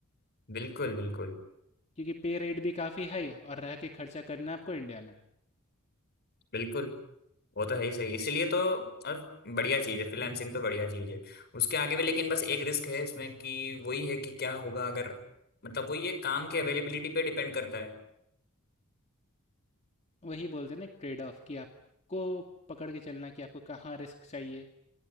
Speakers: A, on the left; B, on the left.
A: बिल्कुल बिल्कुल
B: क्योंकि पे रेट भी काफ़ी हाई और रह के खर्चा करना है आपको इंडिया में।
A: बिल्कुल वो तो है ही सही इसीलिए तो और बढ़िया चीज़ है फ्रीलांसिंग तो बढ़िया चीज़ है उसके आगे भी लेकिन बस एक रिस्क है इसमें कि वही है कि क्या होगा अगर मतलब वही है काम की अवेलेबिलिटी पे डिपेंड करता है
B: वही बोलते हैं ना ट्रेड ऑफ कि आपको पकड़ के चलना है कि आपको कहाँ रिस्क चाहिए।